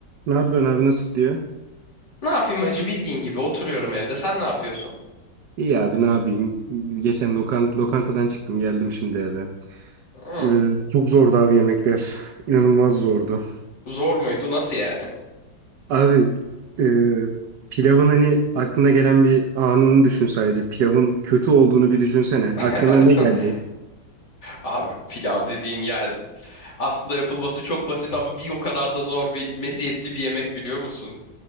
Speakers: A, on the right (about 70°); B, on the left (about 60°).
A: Ne yapıyorsun abi nasıl gidiyor?
B: Ne yapayım hacı bildiğin gibi oturuyorum evde. Sen ne yapıyorsun?
A: İyi abi ne yapayım? Geçen lokant lokantadan çıktım geldim şimdi eve.
B: Hı,
A: Ee, çok zordu abi yemekler. İnanılmaz zordu.
B: zor muydu? Nasıl yani?
A: Abi e, pilavın hani aklına gelen bir anını düşün sadece. Pilavın kötü olduğunu bir düşünsene.
B: <laughs>
A: Aklına ne gelecek?
B: Abi pilav dediğin yani aslında yapılması çok basit ama bir o kadar da zor bir meziyetli bir yemek biliyor musun?